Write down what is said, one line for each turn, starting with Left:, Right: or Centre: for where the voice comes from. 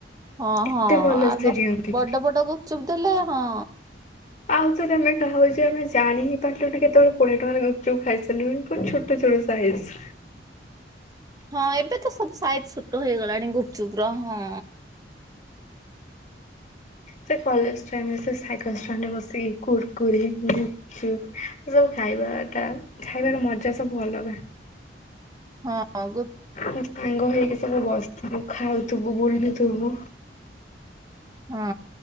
Right: ହଁ ହଁ
Left: ଏତେ ଭଲ
Right: ଆଉ
Left: ସେ
Right: ଦଶ୍
Left: ଦିଅନ୍ତି।
Right: ବଡ ବଡ ଗୁପଚୁପ୍ ଦେଲେ ହଁ।
Left: ଆଉ ଥରେ ଆମେ ଖାଉଛେ ଆମେ ଜାଣି ହିଁ ପାରିଲୁନି କେତେବେଳେ କୋଡିଏ ଟଙ୍କାରେ ଗୁପଚୁପ୍ ଖାଇସ ପୁରା ଛୋଟ ଛୋଟ ସାାଇଜ୍।
Right: ହଁ, ଏବେ ତ ସବୁ ସାଇଜ୍ ଛୋଟ ହେଇଗଲାଣି ଗୁପଚୁପ୍ ର ହଁ।
Left: ସେ କଲେଜ ଟାଇମ୍ ରେ ସେ ସାଇକେଲ୍ ଷ୍ଟାଣ୍ଡ ରେ ବସିକି କୁର୍କୁରେ, ଲେ ସେ ସବୁ ଖାଇବା ଟା, ଖାଇବାର ମଜା ସବୁ ଅଲଗା।
Right: ହଁ ହଁ, ଗୁପ୍
Left: ସାଙ୍ଗ ହେଇକି ସବୁ ବସିଥିବୁ, ଖାଉଥିବୁ, ବୁଲୁଥିବୁ।
Right: ହଁ,